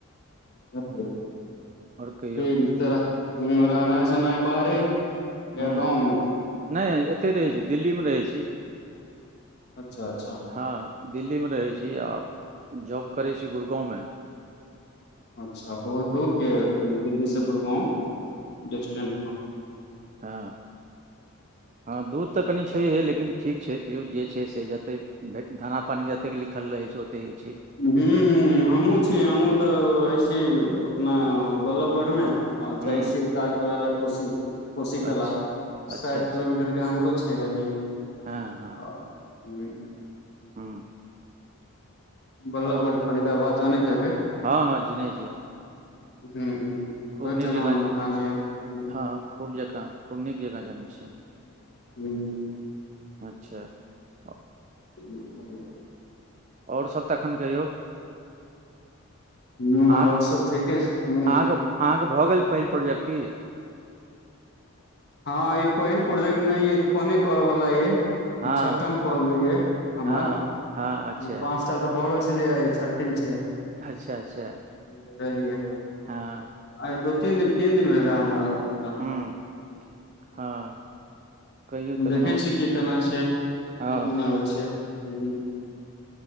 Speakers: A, on the left; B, on the right.
A: बुजालिये
B: कहियौ
A: त रहनाइ सुनाइ बाहरे या
B: हूँ
A: गाँवमे
B: नहि एते रहै छी दिल्ली मे रहै छीय।
A: अच्छा अच्छा।
B: हाँ दिल्ली मे रहै छीय आओ जॉब करै छीय गुरगाँव मे
A: अच्छा बहुत दूरके दिल्ली सँ गुड़गाँवस्टं
B: हाँ हाँ दूर तऽ कनि छैहे लेकिन ठीक छैय तैयो जे छैय से जतेक भे दाना पानि जतेक लिखल रहै छैय ओतेक होइ छैय।
A: हुँ हुँ हमहुँ छीय हमहूँ तऽ रहै छीय अपना बल्लभगढ़मे आओ
B: हुँ
A: जाइ छिय काज करला कोशी कोशी कला
B: अच्छा अच्छा
A: साठि किलोमीटर हमरो छैय रनीग
B: हाँ हाँ।
A: अ हुँ
B: हुँ
A: बल्लभगढ़
B: आओर
A: फरीदाबाद जनेत हेबे
B: हँ हँ चिन्है छियै हम
A: हुँ हुँ
B: खूब
A: उठाम
B: नीक जकाँ
A: हमर मकान यै, हुँ
B: हँ खूब जकाँ खूब नीक जकाँ जानै छियेन
A: हुँ
B: अच्छा अ
A: ियै <inaudible>
B: ओर सब तखन कहियौ
A: हुँ
B: अहाँके
A: ओर सब ठीके छथिन
B: अहाँके अहाँके भऽ गेल पहिल प्रोजेक्ट की
A: हाँ ई पहिल प्रोजेक्ट न फोने कॉल वला ये
B: हँ
A: इ छठम कॉल ये हमर
B: हँ हँ अच्छा
A: पाँच टा तऽ भऽ गेल छलियै छ्ठीम छियै
B: अच्छा अच्छा
A: बुझलियै
B: हँ
A: आइ दू तीन दिन तीन दिन भेलहें हमरा एत
B: हुँ हँ कहियौ तखन
A: देखै
B: आओर
A: छियै की केना छैय
B: हँ
A: की केना होय छैय हुँ